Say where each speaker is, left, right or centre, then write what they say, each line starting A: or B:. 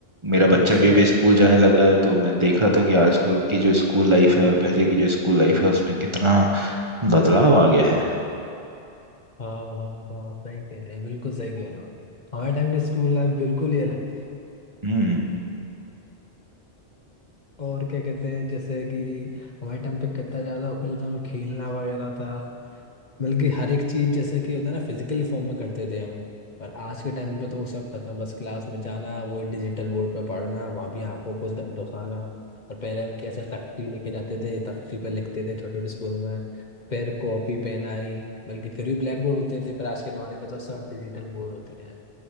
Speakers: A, on the right; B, on the left.
A: मेरा बच्चा
B: अच्छा
A: भी अभी स्कूल जाने लगा है तो मैं देख रहा था कि आजकल की जो स्कूल लाइफ है और पहले की जो स्कूल लाइफ है उसमें कितना बदलाव आ गया है
B: हाँ हाँ हाँ आप सही कह रहे हैं बिल्कुल सही कह रहे हो हमारे टाइम की स्कूल लाइफ बिल्कुल ही अलग थी
A: हम्म
B: और क्या कहते हैं जैसे कि हमारे टाइम पे कितना ज्यादा ऊधम खेलना वगैरह था बल्कि हर एक चीज जैसे कि होता है ना फिजिकली फॉर्म में करते थे हम और आज के टाइम पे तो वो सब खत्म बस क्लास में जाना वही डिजिटल बोर्ड पे पढ़ना वहां भी आंखों को द- दुखाना और पहले हम कैसे तख्ती लेके जाते थे तख्ती पे लिखते थे छोटे छोटे स्कूल में फिर कॉपी पेन आई बल्कि फिर भी ब्लैक बोर्ड होते थे पर आज के जमाने पे तो सब डिजिटल बोर्ड होते हैं